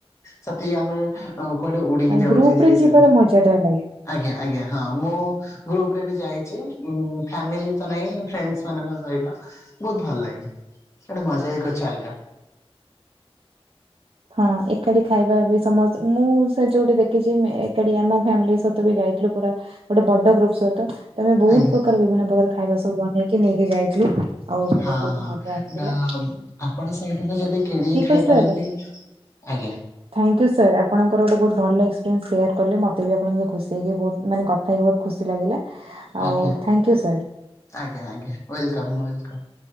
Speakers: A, on the left; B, on the right.
A: ସେତିିକି ଆମେ। ହଁ କୁଆଡେ ଉଡିକି ଯାଉଚେ
B: ଗ୍ରୁପ
A: ହେରି
B: ରେ ଯିବାର
A: ସେମତି
B: ମଜା ଟା ଲାଗେ।
A: ଆଜ୍ଞା ଆଜ୍ଞା ହଁ ମୁଁ। ଗ୍ରୁପରେ ବି ଯାଇଛି ଫ୍ୟାମିଲିତ ନାଇଁ ଫ୍ରେଣ୍ଡସ ମାନଙ୍କ ସହିତ ବହୁତ ଭଲ ଲାଗେ। ସେଇଟା ମଜାହିଁ କୁଛୁ ଅଲଗା।
B: ହଁ ଏକାଠି ଖାଇବା ବି ସମସ୍ତେ ମୁଁ ସେ ଯୋଉଠି ଦେଖିଛି ଏକାଠି ଆମ ଫ୍ୟାମିଲି ସହିତ ବି ଯାଇ। ଥିଲୁପୁରା ଗୋଟେ ବଡ ଗ୍ରୁପ ସହିତ। ବହୁତ
A: ଆଜ୍ଞା
B: ପ୍ରକାର ବିଭିନ୍ନ ପ୍ରକାର ଖାଇବା ସବୁ ବନେଇକି ନେଇକି ଯାଇଥିଲୁ। ଆଉ ସେଠି
A: ହଁ
B: ବହୁତ
A: ହଁ
B: ମଜା ଆସିଥିଲା
A: ନା ଆପଣ ସେଇଠୁ ବି ଯଦି କିଣିକି
B: ଠିକ
A: ଖାଇପାରନ୍ତି
B: ଅଛି ତାହାଲେ। ଥ୍ୟାଙ୍କୟୁ
A: ଆଜ୍ଞା
B: ସାର୍ ଆପଣଙ୍କର ଗୋଟେ ବହୁତ୍। ଭଲ ଏକ୍ପପ୍ରେନ୍ସ ସେୟାର କଲେ ମତେ ବି ଆପଣଙ୍କ ଖୁସି ହେଇକି ବହୁ ମାନେ କଥା ହେଇକି ବହୁତ ଖୁସି ଲାଗିଲା। ଆଉ
A: ଆଜ୍ଞା
B: ଥ୍ୟାଙ୍କ ୟୁ ସାର୍।
A: ଆଜ୍ଞା ଆଜ୍ଞା ୱେଲକମ୍ ୱେଲକମ୍।